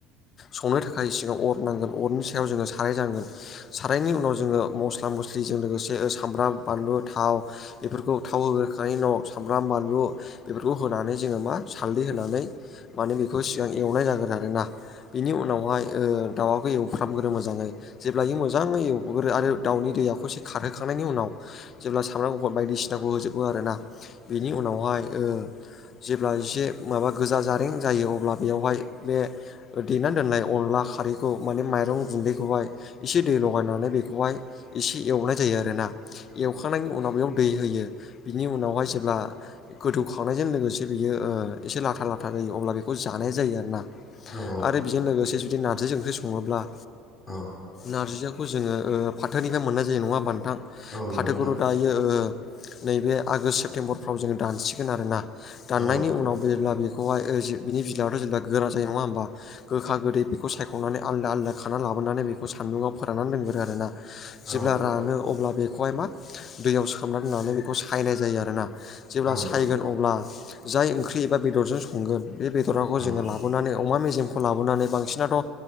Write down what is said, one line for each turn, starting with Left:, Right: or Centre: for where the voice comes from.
Left: संनो थाखाय सिगां अर नांगोन अरनि सायाव जोंङो साराय नांगोन। सारनि उनाव जोंङो मस्ला मस्लिजों लोगोसे सामब्राम बानलु थाव बेफोरखौ थाव होगोखांनायनि उनाव सामब्राम बानलु बेफोरखौ होनानै जोंङो मा सालदै होनानै माने बेखौ सिगां एवनाय जागोन आरोना। बेनि उनावहाय ओ दाउआ होयो उफ्र्रामग्रो मोजांङै जेब्लाायि मोजां होयो। हग्रो आरो दाउनि दैयाखौ एसे खारहोखांनायनि उनाव जेब्ला सामब्राम गुफुर बायदिसिनाखौ होजोबो आरोना। बेनि उनावहाय ओ जेब्ला एसे माबा गोजा जा लरें जायो, अब्ला बेयावहाय बे देनानै दोननाय अनला खारैखौ माने माइरं गुन्दैखौहाय एसे दै लगायनानै बेखौहाय एसे एवनाय जायो आरोना एवखांनायनि उनाव बेयाव दै होयो। बिनि उनावहाय जेब्ला गोथौ खावनायजों लोगोसे बियो एसे ओ लाथा लाथा जायो अब्ला बेखौ जानाया जायो आरोना
Centre: औ।
Left: आरो बेजों लोगोसे जुदि नारजि ओंख्रि संङोब्ला
Centre: औ।
Left: नारजियाखौ जोंङो ओ फाथोनिफ्राय मोननाय जायो नङा होनबा नोंथां।
Centre: नंगौ
Left: फाथोखौथ'
Centre: नोंथां
Left: दायो बियो ओ नैबे आगषट सेप्तेम्बरफ्राव जोंङो दानसिगोन आरोना। दाननायनि
Centre: औ
Left: उनाव जेब्ला बेखौहायओ बिनि बिलाइआवथ' जेब्ला गोरा जायो नङा होमबा। गोखा गोदै बेखौ सायख'नानै आलदा आलदा खाना लाबोनानै बेखौ सान्दुङाव फोराननानै लोंगोरो आरोना।
Centre: औ
Left: जेब्ला रानो अब्ला बेखौहाय मा दैयाव सोमना दोननानै बेखौ सायनाय जायो आरोना। जेब्ला
Centre: औ
Left: सायगोन अब्ला जाय ओंख्रि एबा बेदरजों संगोन बे बेदराखौ
Centre: औ
Left: जोंङो
Centre: औ
Left: ला बोनानै अमा मेजेमखौ लाबोनानै बांसिनाथ'